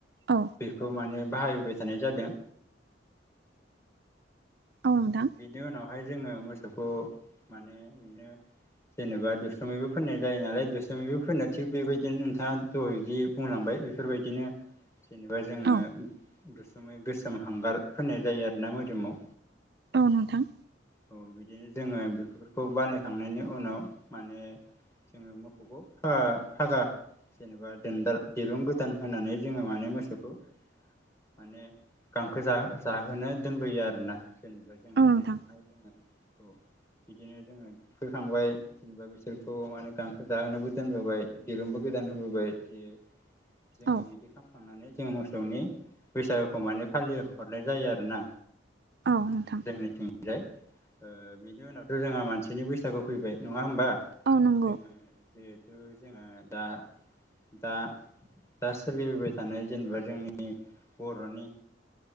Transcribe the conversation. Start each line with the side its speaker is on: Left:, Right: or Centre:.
Right: औ
Left: बेखौ माने बाहायबोबाय थानाय जादों।
Right: औ नोंथां
Left: बेनि उनावहाय जोङो मोसौखौ माने बिनो। जेनेबा दुस्रुमैबो फोननाय जायो नालाय दुस्रुमैबो फोननो थिग बेबायदिनो नोंथाङा दहादि बुंलांबाय। बेफोरबायदिनो। जेनेबा जोङो
Right: औ
Left: दुस्रुमै गोसोम हांगार फोनाय जायो आरोना मोदोमाव।
Right: औ नोंथां।
Left: औ बिदिनो जोङो बेफोरखौ बानायखांनायनि उनाव माने। जोङो मोखौखौ फागा फागा। जेनेबा दोनदाल दिरुं गोदान होनानै जोङो माने मोसौखौ। माने गांखो जो जाहोनो दोनबोयो आरोना जेनेबा। जोङो
Right: औ नोंथां
Left: जेथिहाय जोङो औ। बिदिनो जोङो फोखांबाय जेनेबा बिसोरखौ माने गांखो जाहोनोबो दोनबोबाय दिरुंबो गोद। दान होबोबाय जे जोङो
Right: औ
Left: बिदि खामखांनानै। जों मोसौनि बैसागुखौ माने फालिहरनाय जायो आरोना।
Right: औ नोंथां
Left: जोंनिथिंजाय ओ बिनि उनावथ' जोंहा मानसिनि बैसागु फैबाय नङा होमबा।
Right: औ नंगौ
Left: जोङो जिहेथु जोङो दा दा। दा सोलिबोबाय थानाय जेनेबा जोंनि बर'नि।